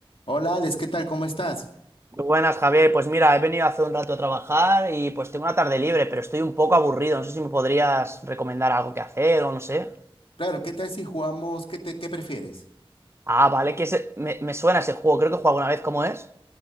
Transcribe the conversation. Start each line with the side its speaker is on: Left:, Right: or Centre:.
Left: Hola Alex, ¿qué tal? ¿Cómo estás?
Right: Muy buenas, Javier. Pues mira, he venido hace un rato a trabajar y pues tengo una tarde libre, pero estoy un poco aburrido. No sé si me podrías recomendar algo que hacer o no sé.
Left: Claro, ¿qué tal si jugamos? ¿Qué te, qué prefieres?
Right: Ah, vale, que ese- me, me suena ese juego. Creo que he jugado alguna vez. ¿Cómo es?